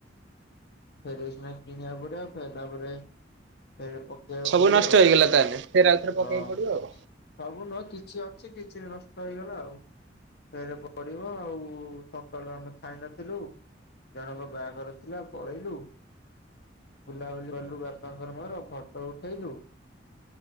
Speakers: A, on the left; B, on the right.
A: ଫେରେ ଏଇଶୁଣା କିଣିବାକୁ ପଡିବ ଫେରେ ତା ପରେ ଫେରେ ପ କୁ
B: ସବୁ
A: ପଡିବ
B: ନଷ୍ଟ
A: ଆଉ
B: ହେଇଗଲା ତାହେଲେ ଫେର ଆଉଥରେ ପକେଇବାକୁ
A: ହଁ।
B: ପଡିବ ଆଉ।
A: ସବୁ ନୁହଁ କିଛି ଅଛି କିଛି ନଷ୍ଟ ହେଇଗଲା ଆଉ ଫେରେ ପଡ଼ିବ ଆଉ। ସକାଳୁ ଆମେ ଖାଇ ନଥିଲୁ ଜଣଙ୍କ ବାହାଘର ଥିଲା ପଳେଇଲୁ। ବୁଲାବୁଲି କଲୁ ବାପାଙ୍କର ମୋର ଫଟୋ ଉଠେଇଲୁ।